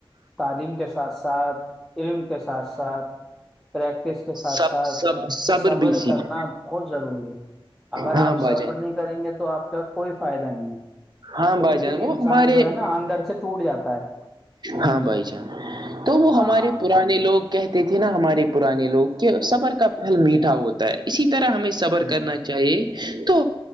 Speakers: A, in the centre; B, on the right.
A: تعلیم کے ساتھ ساتھ علم کے ساتھ ساتھ پریکٹس کے ساتھ
B: سب
A: ساتھ
B: سب
A: صبر
B: بھی سیکھ
A: کرنا بہت ضروری ہے اگر
B: ہاں
A: آپ سرف
B: بھائی جان
A: نہیں کریں گے تو آپ کا کوئی فائدہ نہیں ہے
B: ہاں
A: کیونکہ
B: بھائی جان
A: پھر
B: وہ
A: انسان
B: ہمارےاں
A: جو ہے نا اندر سے ٹوٹ جاتا ہے
B: ہاں بھائی جان تو وہ
A: ہاں
B: ہمارے پرانے لوگ کہتے تھے نا ہمارے پرانے لوگ کہ صبر کا پھل میٹھا ہوتا ہے اسی طرح ہمیں صبر
A: جی
B: کرنا چاہیے تو